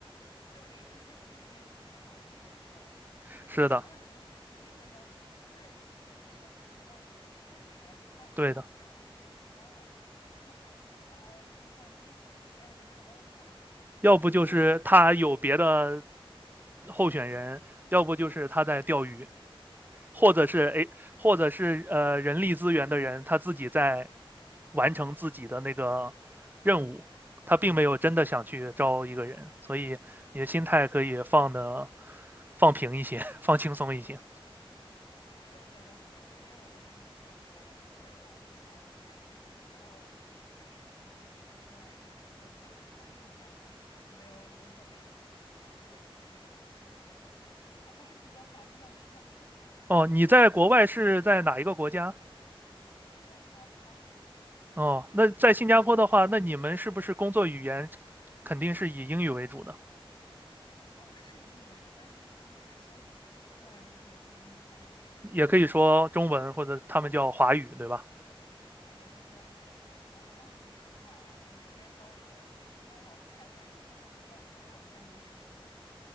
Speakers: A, on the left; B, on the right.
A: 确实，<laughs> 一个是怨气，然后一个是缘分，
B: <laughs>
A: 就是想要你的公司，
B: 是的，
A: 他一定会要你的，他不会就是给你设那么多的绊子，他不会为难你，他真想确认的话，
B: 对的。
A: 直接就招了。<laughs> 啊，那么还那其实哎呀也没有办法呀，那你这边呢？
B: 要不就是他有别的
A: 但是
B: 候选人，
A: 嗯，
B: 要不就是他在钓鱼，或者是哎，
A: 对，没错。
B: 或者是呃人力资源的人他自己在完成自己的那个任务，他并没有真的想去招一个人，所以你的心态可以放的放平一些，放轻松一些。
A: 对，我现在已经佛系了，因为我就是你那种说的，没有很强的技术，然后我自己本身也是个文科生，所以现在找工作的话是难上加难，没有理工科背景，然后也不会编程这些，所以说啊还是比较难的了。<laughs>
B: 哦，
A: 那那你现在
B: 你在国外是在哪一个国家？
A: 我是在新加坡，
B: 哦，那在新加坡的话，那你们是不是工作语言肯定是以英语为主的？
A: 呃，是以英语为主，但是因为他们那边是双语嘛，就算真的不会英语，他们也是可以用中文给你教。
B: 也可以说中文或者他们叫华语，对吧
A: 对对对，他们教华语。然后，但是平常的话，同事之间交流、寒暄，然后开会语言，呃，工作文件都是英文的。